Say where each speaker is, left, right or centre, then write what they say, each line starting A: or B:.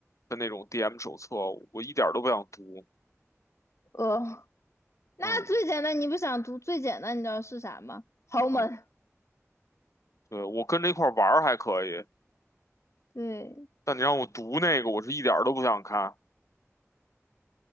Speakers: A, on the left (about 85°); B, on the left (about 65°).
A: 的那种 DM 手册，我一点儿都不想读。
B: 呃，那最简单，
A: 嗯
B: 你不想读最简单，你知道是啥吗？豪门。
A: 嗯，对，我跟着一块儿玩儿还可以，
B: 对。
A: 但你让我读那个，我是一点儿都不想看。